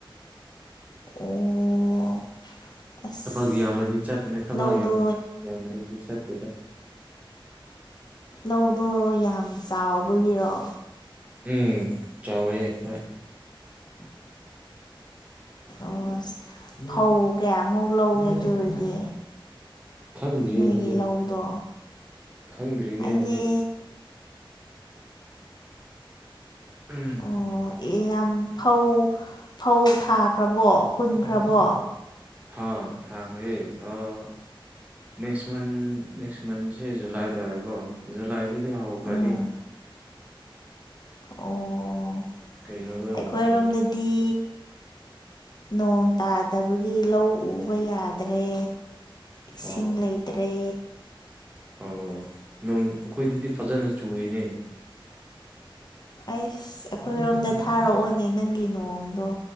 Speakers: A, on the left; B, on the right.
A: ꯑꯣ ꯑꯁ
B: ꯊꯕꯛ ꯌꯥꯝꯃꯗꯤ ꯆꯠꯄꯅꯦ ꯊꯕꯛ
A: ꯂꯧꯗꯣ
B: ꯌꯥꯝ ꯌꯥꯝꯗ꯭ꯔꯗꯤ ꯆꯠ ꯇꯦꯗꯥ
A: ꯂꯧꯗꯣ ꯌꯥꯝ ꯆꯥꯎꯕꯒꯤꯔꯣ
B: ꯎꯝ ꯆꯥꯎꯋꯦ ꯈꯔ <inaudible>
A: ꯑꯁ ꯐꯧ ꯀꯌꯥꯃꯨꯛ ꯂꯧꯒꯦ ꯑꯗꯨꯑꯣꯏꯔꯗꯤ
B: ꯈꯪꯗ꯭ꯔꯤ
A: ꯅꯣꯏꯒꯤ
B: ꯍꯧꯖꯤꯛ
A: ꯂꯧꯗꯣ
B: ꯈꯪꯗ꯭ꯔꯤꯅꯦ
A: ꯑꯩꯗꯤ
B: ꯍꯧꯖꯤꯛ ꯎꯝ
A: ꯑꯣ ꯌꯥꯝ ꯐꯧ ꯐꯧ ꯊꯥꯈ꯭ꯔꯕꯣ ꯍꯨꯟꯈ꯭ꯔꯕꯣ
B: ꯍꯥ ꯊꯥꯈ꯭ꯔꯦ ꯑꯥ ꯅꯦꯛꯁ ꯃꯟ ꯅꯦꯛꯁ ꯃꯟꯖꯦ ꯖꯨꯂꯥꯏ ꯇꯥꯔꯦꯀꯣ ꯖꯨꯂꯥꯏꯗꯗꯤ ꯍꯧꯈ꯭ꯔꯥꯅꯤ
A: ꯎꯝ ꯑꯣ
B: ꯀꯩꯅꯣꯗꯣ
A: ꯑꯩꯈꯣꯏꯔꯣꯝꯗꯗꯤ
B: ꯎꯝ
A: ꯅꯣꯡ ꯇꯥꯗꯕꯒꯤ ꯂꯧ ꯎꯕ ꯌꯥꯗ꯭ꯔꯦ ꯏꯁꯤꯡ
B: ꯑꯣ
A: ꯂꯩꯇ꯭ꯔꯦ
B: ꯑꯣ ꯅꯣꯡ ꯑꯈꯣꯏꯗꯗꯤ ꯐꯖꯅ ꯆꯨꯌꯦꯅꯦ
A: ꯑꯩꯁ ꯑꯩꯈꯣꯏꯔꯣꯝꯗ ꯊꯥꯔꯛꯑꯣꯅꯦ ꯅꯪꯒꯤ ꯅꯣꯡꯗꯣ